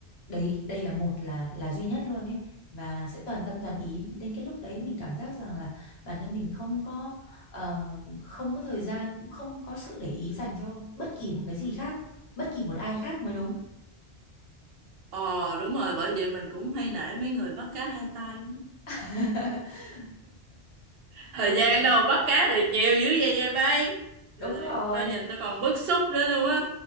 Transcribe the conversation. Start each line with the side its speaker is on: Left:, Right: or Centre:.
Left: đấy đây là một là là duy nhất luôn ấy và sẽ toàn tâm toàn ý đến cái lúc đấy mình cảm giác rằng là bản thân mình không có ờ, không có thời gian cũng không có sự để ý dành cho bất kỳ một cái gì khác, bất kỳ một ai khác mới đúng.
Right: ờ đúng rồi bởi vậy mình cũng hay nể mấy người bắt cá hai tay
Left: <laughs>
Right: thời
Left: Ừ,
Right: gian đâu bắt cá được nhiều dữ vậy dây bay
Left: đúng
Right: rồi, rồi
Left: rồi.
Right: tao nhìn tao còn bức xúc nữa luôn á